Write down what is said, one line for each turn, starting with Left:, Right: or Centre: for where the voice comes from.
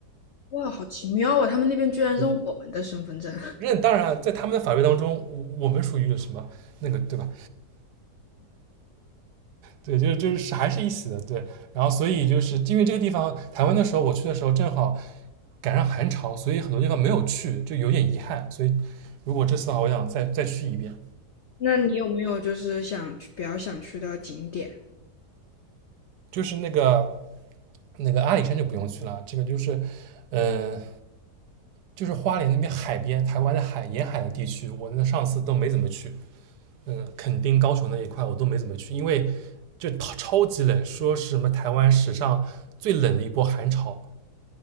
Left: 哇，好奇妙啊！他们那边居然认我们的身份证。
Right: 对，认当然在他们的法律当中，我我们属于什么那个对吧？对，就是就是还是一起的，对。然后所以就是因为这个地方，台湾的时候我去的时候正好赶上寒潮，所以很多地方没有去，就有点遗憾。所以如果这次的话，我想再再去一遍。
Left: 那你有没有就是想去比较想去的景点？
Right: 就是那个那个阿里山就不用去了，这个就是嗯、呃就是花莲那边海边，台湾的海沿海的地区，我那上次都没怎么去。嗯，垦丁、高雄那一块我都没怎么去，因为就超级冷，说是什么台湾史上最冷的一波寒潮。